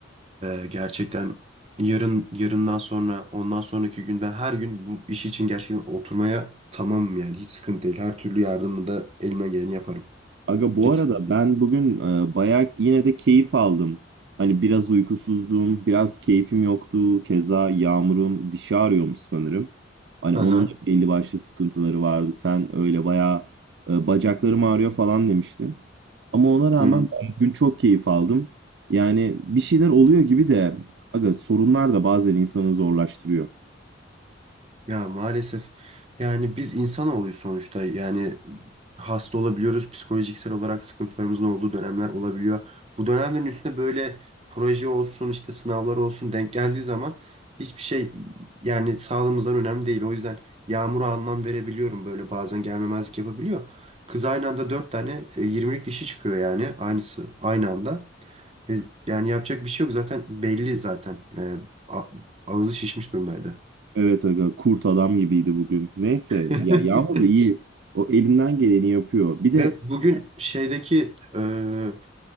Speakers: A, on the right; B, on the right.
A: E, gerçekten yarın yarından sonra ondan sonraki gün ben her gün bu iş için gerçekten oturmaya tamamım yani hiç sıkıntı değil. Her türlü yardımı da elimden geleni yaparım.
B: Aga bu
A: Hiç
B: arada
A: sıkıntı değil.
B: ben bugün e, bayağı yine de keyif aldım. Hani biraz uykusuzdum, biraz keyfim yoktu. Keza Yağmur'un dişi ağrıyormuş sanırım. Hani
A: Hı
B: onun
A: hı.
B: da belli başlı sıkıntıları vardı. Sen öyle bayağı e, bacaklarım ağrıyor falan demiştin. Ama ona rağmen
A: Hı hı.
B: ben bugün çok keyif aldım. Yani bir şeyler oluyor gibi de aga sorunlar da bazen insanı zorlaştırıyor.
A: Ya maalesef yani biz insanoğluyuz sonuçta yani hasta olabiliyoruz psikolojiksel olarak sıkıntılarımızın olduğu dönemler olabiliyor. Bu dönemlerin üstüne böyle proje olsun işte sınavlar olsun denk geldiği zaman hiçbir şey yani sağlığımızdan önemli değil. O yüzden yağmura anlam verebiliyorum böyle bazen gelmemezlik yapabiliyor. Kız aynı anda dört tane e, 20'lik dişi çıkıyor yani aynısı aynı anda. E, Yani yapacak bir şey yok zaten belli zaten E, a- ağzı şişmiş durumdaydı.
B: Evet aga kurt adam gibiydi bugün. Neyse
A: <laughs>
B: ya Yağmur da iyi. O elinden geleni yapıyor. Bir de
A: Evet bugün şeydeki e,